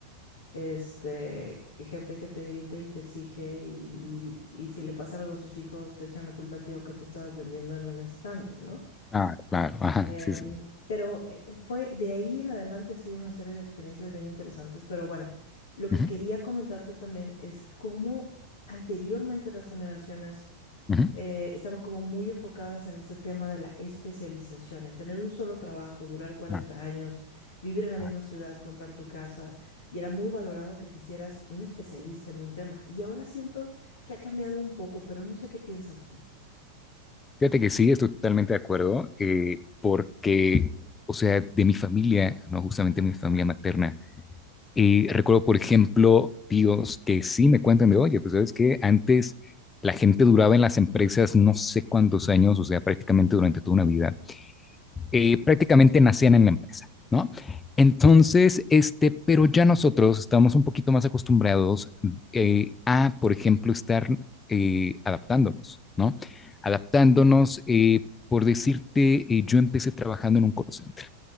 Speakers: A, on the left (about 60°); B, on the left (about 15°).
A: este, gente que te grita y te exige y, y- y si le pasa algo a sus hijos te echan la culpa a ti aunque tú estabas vendiendo en un stand, ¿no?
B: ah, claro, ajá,
A: Em,
B: sí, sí.
A: pero eh, eh, fue de ahí en adelante ha sido una serie de experiencias bien interesantes, pero bueno, lo que
B: ujú,
A: quería comentarte también es cómo anteriormente las generaciones
B: ujú,
A: eh, estaban como muy enfocadas en este tema de la especialización, en tener un solo trabajo, durar cuarenta
B: ah,
A: años, vivir en la misma
B: ah.
A: ciudad, comprar tu casa, y era muy valorado que te hicieras un especialista en un tema. Y ahora siento que ha cambiado un poco, pero no sé qué piensas tú.
B: Fíjate que sí, estoy totalmente de acuerdo, eh, porque, o sea, de mi familia, no justamente mi familia materna, y recuerdo, por ejemplo, tíos que sí me cuentan de, oye, pues sabes que antes la gente duraba en las empresas no sé cuántos años, o sea, prácticamente durante toda una vida eh, prácticamente nacían en la empresa, ¿no? Entonces, este, pero ya nosotros estamos un poquito más acostumbrados eh, a, por ejemplo, estar eh, adaptándonos, ¿no? Adaptándonos, eh, por decirte, eh, yo empecé trabajando en un call center,